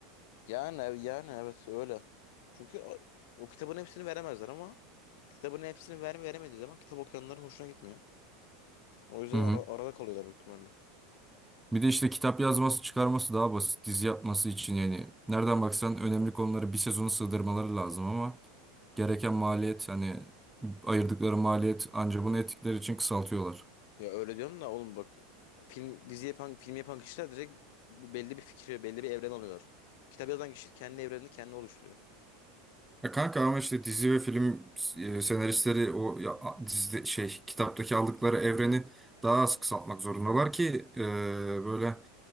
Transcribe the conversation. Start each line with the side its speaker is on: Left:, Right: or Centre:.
Left: Yani ev- yani evet öyle. Çünkü o, o kitabın hepsini veremezler ama kitabın hepsini ver veremediği zaman kitap okuyanların hoşuna gitmiyor. O yüzden
Centre: Hı hı.
Left: ara- arada kalıyorlar büyük ihtimalle.
Centre: Bir de işte kitap yazması, çıkarması daha basit. Dizi yapması için yani nereden baksan önemli konuları bir sezona sığdırmaları lazım ama gereken maliyet hani ayırdıkları maliyet ancak bunu ettikleri için kısaltıyorlar.
Left: Ya öyle diyorsun da oğlum bak film dizi yapan film yapan kişiler direkt belli bir fikri belli bir evren alıyorlar. Kitap yazan kişi kendi evrenini kendi oluşturuyor.
Centre: Ya kanka ama işte dizi ve film e, senaristleri o ya, a- dizide şey kitaptaki aldıkları evreni daha az kısaltmak zorundalar ki e, böyle